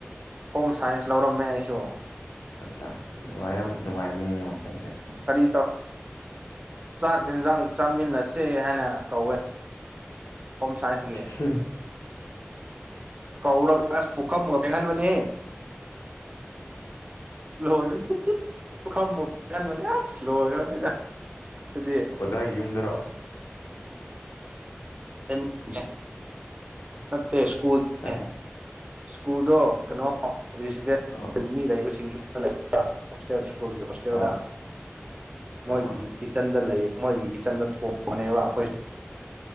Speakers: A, on the right (about 30°); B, on the left (about 80°).
A: ꯍꯣꯝ ꯁꯥꯏꯟꯁ ꯂꯧꯔꯝꯃꯦ ꯑꯩꯁꯨ
B: ꯑꯠꯆꯥꯥ ꯅꯨꯡꯉꯥꯏꯔꯝ ꯅꯨꯡꯉꯥꯏꯕꯅꯦ ꯍꯣꯝ ꯁꯥꯏꯟꯁꯗꯦ
A: ꯀꯔꯤ ꯇꯧ ꯆꯥꯛ ꯌꯦꯟꯁꯥꯡ ꯆꯥꯃꯤꯟꯅꯁꯦ ꯍꯥꯏꯅ ꯀꯧꯋꯦ ꯍꯣꯝ ꯁꯥꯏꯟꯁꯒꯤ
B: ꯍꯥꯍ
A: ꯀꯧꯔꯒ ꯑꯁ ꯄꯨꯈꯝꯒ ꯐꯦꯡꯍꯟꯕꯅꯦꯍꯦ ꯂꯣꯏꯕꯅꯦ ꯄꯨꯈꯝꯕꯧ ꯐꯦꯡꯍꯟꯕꯅꯦ ꯑꯁ ꯂꯣꯏꯔꯕꯅꯦꯗ ꯑꯗꯨꯗꯤ
B: ꯑꯣꯖꯥꯒꯤ ꯌꯨꯝꯗꯔꯣ
A: <unintelligible> ꯅꯠꯇꯦ ꯁꯀꯨꯜꯅꯦ
B: ꯑꯠꯆꯥ
A: ꯁ꯭ꯀꯨꯜꯗꯣ ꯀꯩꯅꯣ ꯔꯦꯁꯤꯗꯦꯟ
B: ꯑꯣ
A: ꯃꯤ ꯂꯩꯕꯁꯤꯡꯁꯨ <unintelligible> ꯍꯣꯁꯇꯦꯜ ꯁ꯭ꯀꯨꯜꯒꯤ ꯍꯣꯁꯇꯦꯜꯗ
B: ꯑꯣ
A: ꯃꯣꯏꯒꯤ
B: ꯑꯣ
A: ꯀꯤꯠꯆꯟꯗ ꯂꯩ ꯃꯣꯏꯒꯤ ꯀꯤꯠꯆꯟꯗ ꯊꯣꯡ <unintelligible> ꯑꯩꯈꯣꯏ